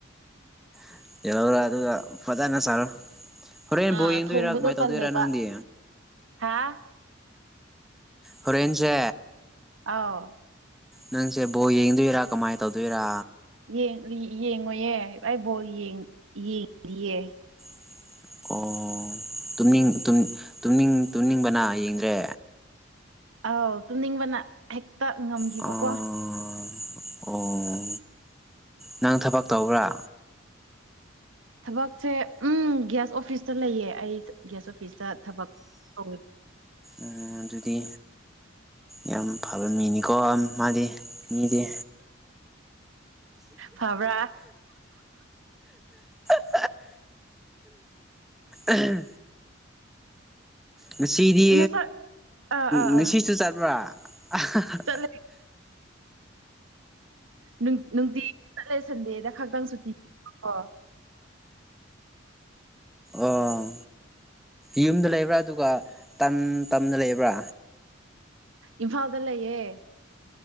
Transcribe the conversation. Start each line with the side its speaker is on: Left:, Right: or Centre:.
Centre: <unintelligible> ꯑꯗꯨꯒ ꯐꯖꯅ ꯆꯥꯔꯣ ꯍꯣꯔꯦꯟ
Right: ꯑꯥ
Centre: ꯕꯣꯜ ꯌꯦꯡꯗꯣꯏꯔꯥ
Right: ꯊꯣꯡꯕꯗꯣ
Centre: ꯀꯃꯥꯏ ꯇꯧꯗꯣꯏꯔꯥ
Right: ꯇꯜꯂꯦꯕ
Centre: ꯅꯪꯗꯤ
Right: ꯍꯥ
Centre: ꯍꯣꯔꯦꯟꯁꯦ
Right: ꯑꯥꯎ
Centre: ꯅꯪꯁꯦ ꯕꯣꯜ ꯌꯦꯡꯗꯣꯏꯔꯥ ꯀꯃꯥꯏ ꯇꯧꯗꯣꯏꯔꯥ
Right: ꯌꯦꯡ ꯌꯦꯡꯉꯣꯢꯌꯦ ꯑꯩ ꯕꯣꯜ ꯌꯦꯡ ꯌꯦꯡꯗꯤꯌꯦ
Centre: <unintelligible> ꯑꯣ ꯇꯨꯝꯅꯤꯡ ꯇꯨꯝ ꯇꯨꯝꯅꯤꯡ ꯇꯨꯝꯅꯤꯡꯕꯅ ꯌꯦꯡꯗ꯭ꯔꯦ
Right: ꯑꯥꯎ ꯇꯨꯝꯅꯤꯡꯕꯅ ꯍꯦꯛꯇ ꯉꯝꯒꯤꯕꯀꯣ
Centre: ꯑꯣ ꯑꯣ ꯅꯪ ꯊꯕꯛ ꯇꯧꯕ꯭ꯔ
Right: ꯊꯕꯛꯁꯦ ꯎꯝ ꯒ꯭ꯌꯥꯁ ꯑꯣꯐꯤꯁꯇ ꯂꯩꯌꯦ ꯑꯩ ꯒ꯭ꯌꯥꯁ ꯑꯣꯐꯤꯁꯇ ꯊꯕꯛ ꯇꯧꯋꯦ
Centre: ꯑ ꯑꯗꯨꯗꯤ ꯌꯥꯝ ꯐꯕ ꯃꯤꯅꯤ ꯀꯣ ꯃꯥꯗꯤ ꯃꯤꯗꯤ
Right: ꯐꯕ꯭ꯔꯥ
Centre: <unintelligible> ꯑꯍꯝ ꯉꯁꯤꯗꯤ
Right: ꯉꯁꯛ ꯑꯥ ꯑꯥ
Centre: ꯉꯁꯤꯁꯨ
Right: ꯑꯥ
Centre: ꯆꯠꯄ꯭ꯔꯥ ꯑꯍꯍ <unintelligible>
Right: ꯆꯠꯂꯦ ꯅꯨꯡ ꯅꯨꯡꯇꯤ ꯆꯠꯂꯦ ꯁꯟꯗꯦꯗ ꯈꯛꯇꯪ ꯁꯨꯇꯤ ꯄꯤꯕꯀꯣ
Centre: ꯑꯣ ꯌꯨꯝꯗ ꯂꯩꯕ꯭ꯔ ꯑꯗꯨꯒ ꯇꯝ ꯇꯝꯗ ꯂꯩꯕ꯭ꯔ
Right: ꯏꯝꯐꯥꯜꯗ ꯂꯩꯌꯦ